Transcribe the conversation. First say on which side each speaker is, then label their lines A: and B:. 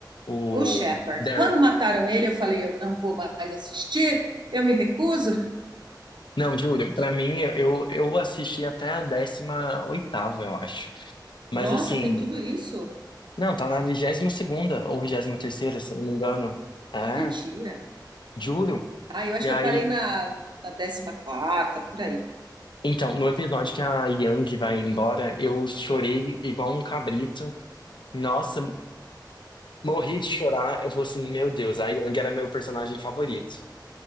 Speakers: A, on the left (about 85°); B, on the right (about 75°).
A: o
B: O Shepard.
A: Derek.
B: Quando mataram ele, eu falei, eu não vou mais assistir, eu me recuso.
A: Não, juro, pra mim, eu, eu assisti até a décima oitava, eu acho. Mas
B: Nossa,
A: assim,
B: tem tudo isso?
A: não, tá na vigésima segunda ou vigésima terceira, se eu não me engano. É,
B: Mentira.
A: juro.
B: Ah, eu acho
A: E
B: que
A: aí,
B: eu parei na, na 14ª, por aí.
A: então, no episódio que a Yang vai embora, eu chorei igual um cabrito. Nossa, morri de chorar. Eu falei assim, meu Deus, a Yang era meu personagem favorito.